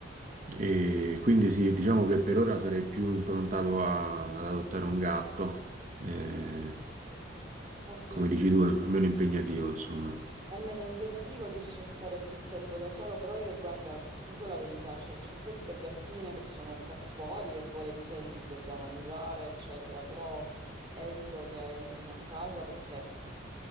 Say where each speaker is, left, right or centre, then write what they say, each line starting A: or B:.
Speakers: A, on the right; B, on the right.
A: e quindi sì, diciamo che per ora sarei più improntato a- ad adottare un gatto, eh,
B: Ah, sì,
A: come dici tu, meno impegnativo, insomma.
B: è meglio impegnativo, riesci a stare più tempo da solo, però io guarda, ti dico la verità, cioè c'ho queste gattine che sono qua fuori e volentieri gli do da mangiare, eccetera, però evito che entrino a casa perché